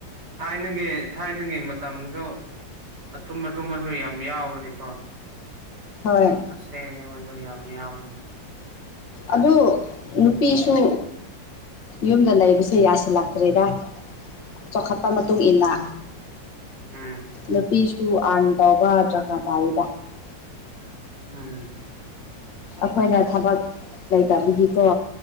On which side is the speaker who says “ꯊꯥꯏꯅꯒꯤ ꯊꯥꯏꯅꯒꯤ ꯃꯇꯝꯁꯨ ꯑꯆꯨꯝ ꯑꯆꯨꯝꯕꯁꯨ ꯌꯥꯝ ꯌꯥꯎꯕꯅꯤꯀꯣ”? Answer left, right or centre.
Right